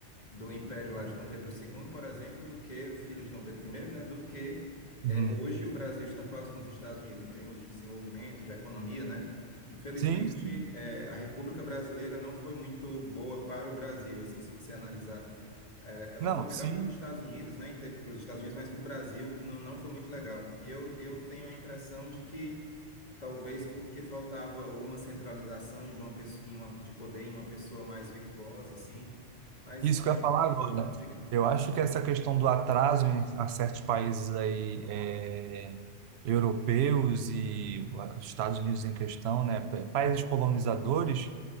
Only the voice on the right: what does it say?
uhum.
Sim, sim.
Não,
sim.
Isso
que eu ia falar
agora.
Eu acho que essa questão do atraso em a certos países aí eh, europeus e ah, Estados Unidos em questão, né, pa- países colonizadores